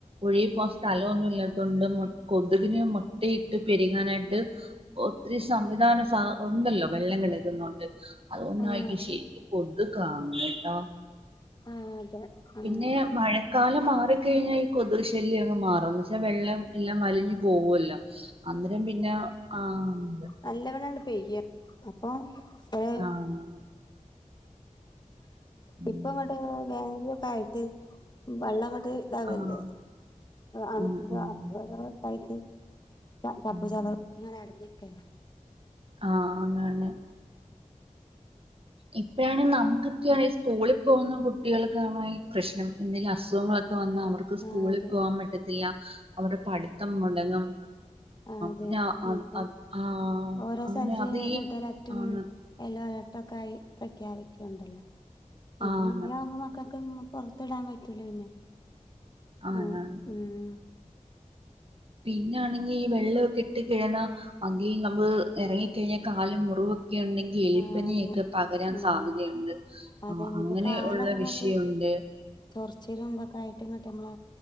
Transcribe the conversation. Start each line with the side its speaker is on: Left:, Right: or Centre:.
Right: ഒഴുകി പോവാൻ സ്ഥലൊന്നും ഇല്ലാത്തോണ്ട് മുട് കൊതുകിന് മുട്ടയിട്ട് പെര്കാനായിട്ട് ഒത്തിരി സംവിധാന സ ഉണ്ടല്ലോ വെള്ളം കിടക്കുന്നോണ്ട് അതുകൊണ്ടായിരിക്കും
Left: ആഹ്
Right: ശരിക്ക് കൊതുകാണ് ട്ടോ
Left: ആഹ് അതെ ആഹ്
Right: പിന്നെ മഴ കാലം മാറിക്കഴിഞ്ഞാൽ ഈ കൊതുക് ശല്യം അങ് മാറും എന്ന്വെച്ചാ വെള്ളം എല്ലാം വലിഞ്ഞ് പോവോല്ലോ അന്നേരം പിന്നെ ആഹ്
Left: നല്ലവണ്ണംണ്ട് പെയ്യാ അപ്പൊ ഒ
Right: ആഹ് ഉം
Left: ഇപ്പൊ ഇവടെ വേനലൊക്കെ ആയിട്ട് വെള്ളം ഇങ്ങട്ട് ഇതാവല്ലോ
Right: ആഹ്
Left: അണു
Right: ഉം
Left: ഇതാ
Right: ഉം
Left: ധാരാളൊക്കായിട്ട് ചപ്പ്
Right: ഉം
Left: ചവർങ്ങനെ അടഞ്ഞിക്കല്ലേ
Right: ആഹ് അങ്ങാണ് ഇപ്പഴാണ് നമുക്കൊക്കെ ആയേ സ്കൂളിൽ പോകുന്ന കുട്ടികൾക്കാണ് ഈ പ്രശ്നം എന്തെങ്കിലും അസുഖങ്ങളൊക്കെ വന്നാൽ അവർക്ക് ക്ക് സ്കൂളിൽ
Left: ആ അതെ
Right: പോകൻ പറ്റത്തില്ല അവരുടെ പഠിത്തം മുടങ്ങും
Left: ആഹ് അതെ
Right: പിന്നെ അത്
Left: ഇപ്പൊ
Right: അത് ആഹ്
Left: ഓരോ
Right: അങ്ങനെ
Left: സ്ഥലത്ത്
Right: അത് ഈ
Left: റെഡ് അലർട്ടും
Right: ആന്ന്
Left: യെല്ലോ അലർട്ടും ഒക്കെ ആയി പ്രഖ്യാപിക്ണ്ടല്ലോ ഇപ്പം
Right: ആന്ന്
Left: മഴയാവുമ്പോ മക്കൾക്ക് പുറത്ത്ടാൻ പറ്റൂല പിന്നെ
Right: ആന്നാണ്
Left: ഉം ഉം
Right: പിന്നൊണെങ്കി ഈ വെള്ളൊക്കെ ഇട്ട് കിഴഞ്ഞാ അങ്കി നമ്മള് ഇറങ്ങിക്കഴിഞ്ഞാൽ കാല് മുറിവൊക്കെ ഉണ്ടെങ്കി ഈ എലിപ്പനിയൊക്കെ
Left: ആ അതെ
Right: പകരാൻ
Left: ഉം
Right: സാധ്യതയുണ്ട്.
Left: അതെ
Right: ആഹ്
Left: ഇനിയിപ്പോ
Right: അങ്ങനെ
Left: കാലൊക്കെ
Right: ഉള്ള
Left: ഇങ്ങോട്ട്
Right: വിഷയുണ്ട്
Left: ചൊറിച്ചിലും ഇതൊക്കെ ആയിട്ട് ഇങ്ങട്ട് മ്മള്